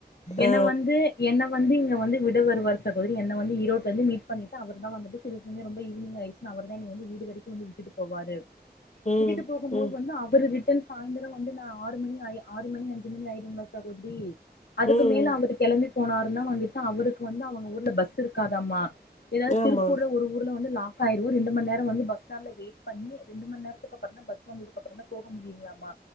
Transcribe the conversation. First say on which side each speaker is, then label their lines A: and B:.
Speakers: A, on the left; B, on the left.
A: என்ன
B: ஆ.
A: வந்து என்ன வந்து இங்க வந்து விட வருவார் சகோதரி என்ன வந்து ஈரோட் வந்து மீட் பண்ணிட்டு அவர்தா வந்துட்டு சில சமயோ ரொம்ப ஈவ்னிங் ஆயிச்சுனா அவர் தா என்னய வந்து வீடு வரைக்கு வந்து விட்டு போவாரு
B: ம்.
A: விட்டுட்டு போகும்போது
B: ம்.
A: வந்து அவரு ரிட்டர்ன் சாயந்திரோ வந்து நா ஆறு மணி ஆறு மணி அஞ்சு மணி ஆயிருங்களா சகோதரி அதுக்கு
B: ம்.
A: மேல அவருக் கெளம்பி போனாரு வந்துட்டு அவருக்கு வந்து அவங்க ஊர்ல பஸ் இருக்காதாமா ஏதாது
B: ஆமா.
A: திருப்பூர்ல ஒரு ஊர் வந்து லாக் ஆயி ரெண்டு மண் நேரோ வந்து பஸ் ஸ்டேண்ட்ல வெயிட் பண்ண ரெண்டு மண் நேர க்கு அப்றோ தா பஸ் வந்ததுக்கு அப்றோதா போக முடியுங்களாமா